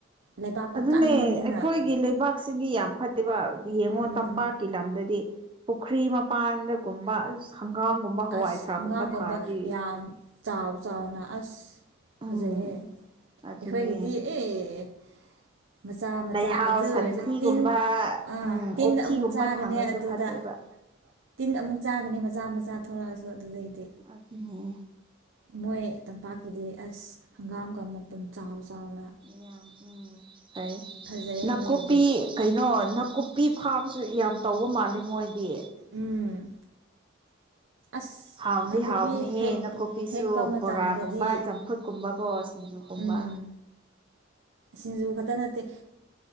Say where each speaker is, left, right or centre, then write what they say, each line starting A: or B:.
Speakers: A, on the right; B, on the right.
A: ꯂꯩꯕꯥꯛꯇꯣ
B: ꯑꯗꯨꯅꯦ
A: ꯀꯟꯕꯅꯤꯅ
B: ꯑꯩꯈꯣꯏꯒꯤ ꯂꯩꯕꯥꯛꯁꯤꯗꯤ ꯌꯥꯝ ꯐꯠꯇꯦꯕ ꯌꯦꯡꯉꯣ
A: ꯎꯝ
B: ꯇꯝꯄꯥꯛ ꯂꯝꯗꯗꯤ ꯄꯨꯈ꯭ꯔꯤ ꯃꯄꯥꯟꯗꯒꯨꯝꯕ ꯑ ꯍꯪꯒꯥꯝꯒꯨꯝꯕ ꯍꯋꯥꯏꯊꯔꯥꯛꯒꯨꯝꯕ
A: ꯑꯁ ꯍꯪꯒꯥꯝꯒꯨꯝꯕ
B: ꯊꯥꯔꯗꯤ
A: ꯌꯥꯝ ꯆꯥꯎ ꯆꯥꯎꯅ ꯑꯁ ꯐꯖꯩꯑ
B: ꯎꯝ ꯑꯗꯨꯅꯦ
A: ꯑꯩꯈꯣꯏꯒꯤꯗꯤ ꯑꯦ ꯃꯆꯥ ꯃꯆꯥ
B: ꯂꯩꯍꯥꯎ
A: ꯑꯗꯨ ꯑꯣꯏꯔꯁꯨ
B: ꯁꯟꯊꯤꯒꯨꯝꯕ
A: ꯇꯤꯟ ꯑꯥ
B: ꯎꯝ
A: ꯇꯤꯟ
B: ꯑꯣꯛꯊꯤꯒꯨꯝꯕ
A: ꯑꯃꯨꯛ ꯆꯥꯒꯅꯤ
B: ꯊꯝꯔꯁꯨ
A: ꯑꯗꯨꯗ
B: ꯐꯠꯇꯦꯕ
A: ꯇꯤꯟ ꯑꯃꯨꯛ ꯆꯥꯒꯅꯤ ꯃꯆꯥ ꯃꯆꯥ ꯊꯣꯔꯛꯑꯁꯨ ꯑꯗꯨꯗꯩꯗꯤ
B: ꯑꯗꯨ <inaudible>
A: ꯃꯣꯏ ꯇꯝꯄꯥꯛꯀꯤꯗꯤ ꯑꯁ ꯍꯪꯒꯥꯝꯒ ꯃꯄꯨꯟ ꯆꯥꯎ ꯆꯥꯎꯅ
B: ꯌꯥꯝ ꯎꯝ ꯐꯩ
A: ꯐꯖꯩꯌꯦ
B: ꯅꯥꯀꯨꯞꯄꯤ
A: ꯃꯣꯏꯒꯤꯗꯤ
B: ꯀꯩꯅꯣ ꯅꯥꯀꯨꯞꯄꯤ ꯐꯥꯔꯝꯁꯨ ꯌꯥꯝ ꯇꯧꯕ ꯃꯥꯜꯂꯦ ꯃꯣꯏꯗꯤ
A: ꯎꯝ ꯑꯁ
B: ꯍꯥꯎꯗꯤ
A: ꯅꯥꯀꯨꯞꯄꯤ
B: ꯍꯥꯎꯕꯅꯦꯍꯦ
A: ꯍꯦꯛꯄ
B: ꯅꯥꯀꯨꯞꯄꯤꯁꯨ
A: ꯍꯦꯛꯄ ꯃꯇꯝꯗꯗꯤ
B: ꯕꯣꯔꯥꯒꯨꯝꯕ ꯆꯝꯐꯨꯠꯀꯨꯝꯕꯀꯣ ꯁꯤꯡꯖꯨ ꯑꯣ ꯀꯨꯝꯕ
A: ꯎꯝ ꯁꯤꯡꯖꯨ ꯈꯛꯇ ꯅꯠꯇꯦ